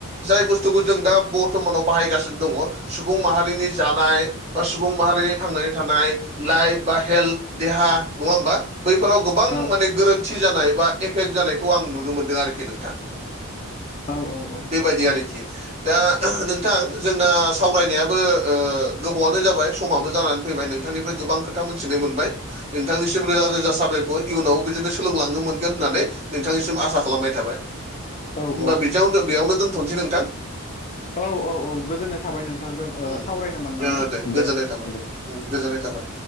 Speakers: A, on the right; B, on the left.
A: जाय बुस्थुखौ जों दा बरथमानाव बाहायगासिनो दङ सुबुं माहारिनि जानाय बा सुबुं माहारिनि थांनानै नाय लाइभ बा हेलद देहा नङा हबा बैफोराव गोबां
B: औ
A: माने गोरोन थि जानाय बा एफेक्ट जानायखौ आं नुनो मोनदों आरोखि नोंथां।
B: औ औ नोंथां
A: बेबायदि आरोखि। दा नोंथां जोंना सावरायनायाबो ओ गोबावनो जाबाय समाबो जानानै फैबाय नोंथांनिफ्राय गोबां खोथा मिथिनो मोनबाय नोंथांनिसिम रोजा रोजा साबायख इयुनाव बिदिनो सोलोंलांनो मोनगोन होननानै नोंथांनिसिम आसा खालामनाय थाबाय।
B: औ
A: होनबा बेदियावनो बेयावनो दोनथ'नोसै नोंथां।
B: औ औ औ गोजोननाय थाबाय नोंथांजों ओ
A: उम,
B: सावरायनो मोननानै
A: ओ गोजोननाय
B: दे
A: थाबाय
B: गो
A: गोजोननाय थाबाय।